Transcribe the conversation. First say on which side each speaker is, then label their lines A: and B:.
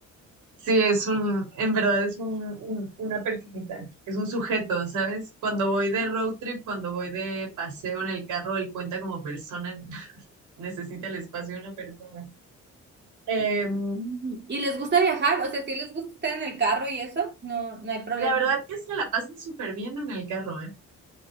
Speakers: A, on the right; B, on the right.
A: Sí, es un, en verdad es un, un- una personita, es un sujeto, ¿sabes? Cuando voy de road trip, cuando voy de paseo en el carro, él cuenta como persona, <laughs> necesita el espacio de una persona. Em,
B: Mm, ¿Y les gusta viajar? O sea, si les gusta estar en el carro y eso? No, no hay problema.
A: la verdad que se la pasan súper bien en el carro, ¿eh?